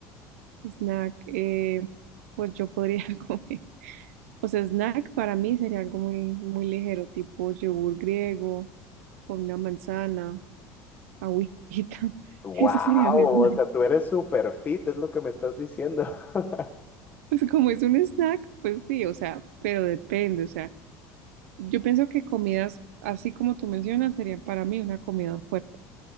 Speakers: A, on the right; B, on the left.
A: Snack, eh, pues yo podría <laughs> comer. O sea, snack para mí sería algo muy, muy ligero, tipo yogur griego con una manzana, agüita. <laughs>
B: ¡Wow!
A: Ese sería mi snack.
B: O sea, tú eres super fit, es lo que me estás diciendo. <laughs>
A: Pues como es un snack, pues sí, o sea, pero depende, o sea, yo pienso que comidas, así como tú mencionas, serían para mí una comida fuerte.